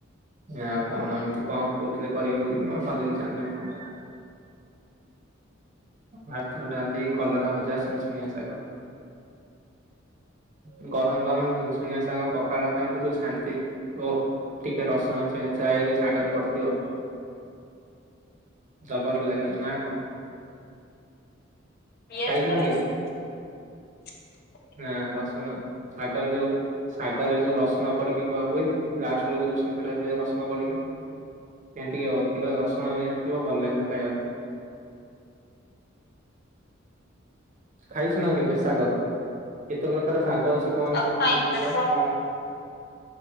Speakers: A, on the right; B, on the left.
A: ଆଉ କଣ ଏମିତି କଣ କହୁଥିଲେ କରିବେ ବୋଲି ମୁ ଆଉ କଲିନି ଜାଣିନି। <inaudible> ଭାତ ଡାଲି କଲରା ଭଜା ସୁନସୁନିଆ ଶାଗ <inaudible> ଗରମ ଗରମ ସୁନସୁନିଆ ଶାଗ ପଖାଳଖାଇବୁ ଯୋଉ ଶାନ୍ତି ଓହ ଟିକେ ରସୁଣ ଛେଚା ଶାଗରେ ପଡିଥିବ। <inaudible> ଜବର ଲାଗିବ ନା କଣ?
B: ପିଆଜ
A: ଖାଇଛୁ
B: ଟା
A: ନା
B: ରସ
A: କେବେ?
B: <inaudible>
A: ନା ରସୁଣ ଶାଗରେ ଯୋଉ ଶାଗରେ ଯୋଉ ର ରସୁଣ ପଡି କହୁଏନି ଲାଷ୍ଟ ବେଳକୁ ଯୋଉ ଛୁଙ୍କଟା ଦିଅ ରସୁଣ ପଡିକି। ସେମତିଟିକେ ଅଧିକ ରସୁଣ ହେଇଥିବ ଭଲ ଲାଗିବ ଖାଇବାକୁ। <inaudible> ଖାଇଚୁନା କେବେ ଶାଗ କେତେ ପ୍ରକାର ଶା ଗ ଅଛି କହନି
B: ଆଗ
A: ସବୁ
B: ଖାଇନି
A: ନାଁ ଦେଖିଆ
B: ମାନେ
A: କଣ?